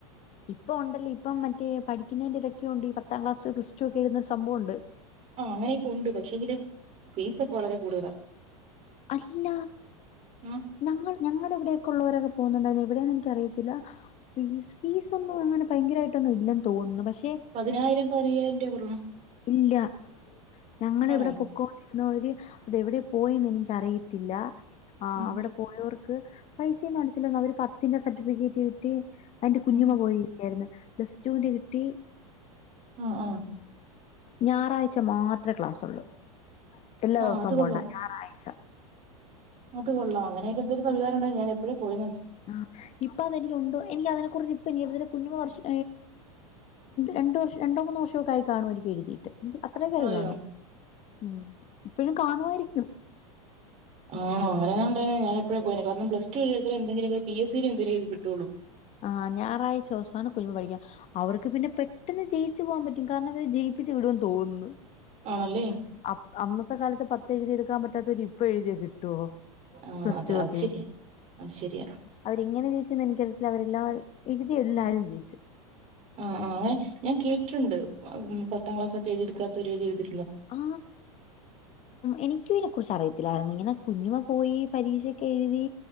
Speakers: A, on the left (about 40°); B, on the right (about 40°).
A: ഇപ്പൊ ഉണ്ടല്ലേ ഇപ്പം മറ്റേ പഠിക്കുന്നതിന്റെ ഇടക്ക്ക്കെണ്ട് പത്താം ക്ലാസ് പ്ലസ് ടു ഒക്കെ എഴുതുന്ന ഒരു സംഭവുണ്ട്
B: ആ അങ്ങനെയൊക്കെ ഉണ്ട് പക്ഷെ ഇങ്കല് ഫീസ ഒക്കെ വളരെ കൂടുതലാ
A: അല്ല.
B: ആ
A: നമ്മൾ ഞങ്ങളുടെ എവിടെയൊക്കെ ഉള്ളവരൊക്കെ പോകുന്നുണ്ടായിരുന്നു എവിടെന്ന് എനിക്ക അറിയത്തില്ല ഫീസ് ഞാളെവിടെള്ളോരേക്കെ പോവുന്നെഎവിടെ എന്നെനിക്ക് അറിയത്തില്ല ഫീസ ഒന്നും അങ്ങനെ ഭയങ്കരമായിട്ടൊന്നും ഇല്ലെന്ന് തോന്നുന്നു പക്ഷെ
B: പതിനായിരം പതിനയ്യായിരം രൂപ കൊടുക്കണം
A: ഇല്ല ഞങ്ങ
B: ആണോ
A: ഇവിടെ പൊക്കോ എന്നര് അത് എവിടെ പോയന്ന് എനിക്ക അറിയത്തില്ല ആ
B: ഉം
A: അവിടെ പോയവർ ക്ക് പൈസയൊന്നും അടച്ചില്ല അവര് പത്തിന്റെ സർട്ടിഫിക്കറ്റ് കിട്ടി അതിന്റെ കുഞ്ഞുമ്മ
B: ഉം
A: പോയി പ്ലസ് റ്റുന്റെ കിട്ടി
B: ആ ആ
A: ഞായറാഴ്ച മാത്രേ ക്ലാസ്സുള്ളൂ എല്ലാ
B: ആ
A: ദിവസവും
B: അത് കൊള്ളാം
A: പോണ്ട ഞായറാഴ്ച
B: അത് കൊള്ളാം അങ്ങനെയൊക്കെന്തൊരു സംവിധനം ഉണ്ടേ ഞാ ൻ എപ്പോഴപ്പോ പോയ
A: ആ ഇപ്പൊ അതെനിക്കുണ്ടോ എനിക്ക് അതിനെ കുറിച്ച് പിന്നീ കുഞ്ഞു വർഷം രണ്ട് വർഷം രണ്ടോ മൂന്ന് വർഷമൊക്ക ആയി കാണും എനിക്ക് എഴുതിയിട്ട് എനിക്ക് അത്രയും കയറി
B: അതെയോ
A: കാണും ഉ എപ്പോഴും കാണുവായി രിക്കും
B: ആണോ അങ്ങനെയാണ്ടേ ഞാൻ പെഴേ പോയേനെ കാരണം പ്ലസ്ടു വിനെഴുതുന്ന ന്തെങ്കിലും പി എസ് സി യിൽ എന്തേലും എഴുതും വിട്ടോളൂ
A: ആഹ ഞായറാഴ്ച ദിവസമാണ് കുഞ്ഞു വയ്യ അവർക്ക് പിന്നെ പെട്ടെന്ന് പെട്ടന്ന് ജയിച്ചു പോകാൻ പറ്റും കാരണം അവര് ജയിപ്പിച്ചു വീടുവന്നു തോന്നുന്നു
B: ആണല്ലേ
A: അ അന്നത്തെ കാലത്തെ പത്ത് ഇതെഴുതിയെടുക്കാൻ പറ്റാത്തവർ ഇപ്പോൾ എഴുതിയ കിട്ടു
B: ആ
A: പ്ലസ്
B: അതെ
A: ടു
B: അത്
A: ഒക്കെയോ
B: ശരിയാ അത് ശരിയാ
A: അവരെ ഇങ്ങനെ ജയിച്ചു എന്ന് എനി ഇപ്പോ എഴുതി എല്ലാരും ജയിച്ചു
B: ആഹ ആ അങ്ങനെ ഞാൻ കേട്ടുണ്ട് പത്താം ക്ലാസ്സ് ക്കെ എഴുതിെടുക്കാത്ത എഴുതി
A: ആ എനിക്ക ഇതിനെക്കുറിച്ച് അറിയത്തില്ലായിരുന്നു ഇങ്ങനെ കുഞ്ഞുമ പോയി പരീക്ഷൊക്കെ എഴുതി